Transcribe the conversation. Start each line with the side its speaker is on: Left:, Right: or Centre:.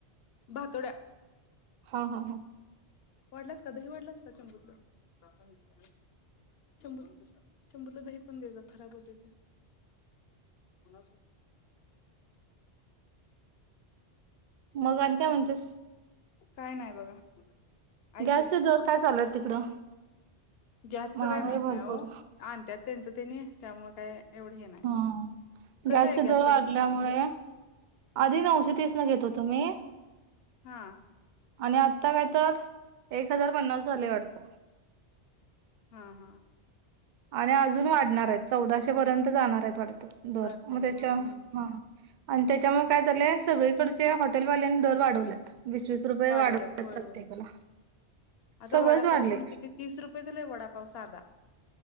Left: भातोड्या.
Right: हा हा हा
Left: वाढलास का? दही वाढलास का चंपूतला शंबूतला दही पण द खराब होते ते. <unintelligible>
Right: मग आणि काय म्हणतेस.
Left: काय नाही बघा आईच
Right: गॅसच
Left: आहे
Right: जोर काय चालूय तिकडं.
Left: गॅसचं
Right: महागाई
Left: काही माहत
Right: भरपूर
Left: नाही हो आणतत त्यांचं त्यांनी त्यामुळे काय एवढी हे नाही
Right: हा.
Left: कसं
Right: गॅसचे
Left: आहे
Right: दर
Left: गस्त
Right: वाढल्यामुळे
Left: तर
Right: आधी नऊशतीीस न घेतो तुम्ही
Left: हा
Right: आणि आत्ता काय तर एक हजार पन्नास झाले वाटत
Left: हा हा
Right: आणि अजून वाढणार आहेत चौदाशे पर्यंत जाणार आहेत वाढत दर
Left: जातय
Right: मग त्याच्या
Left: हा हा
Right: ह आणि त्याच्यामुळेळे काय झालंले सगळीकडचे हॉटेल वाल्यानी दर वाढवल्यात वीस वस रुपये
Left: वाढवल्यात
Right: वाढवत
Left: होय
Right: प्रत्येकाला
Left: होय आता
Right: सगळंच
Left: वडापाव
Right: वाढले
Left: पण किती तीस रुपये झाले वडापाव साधा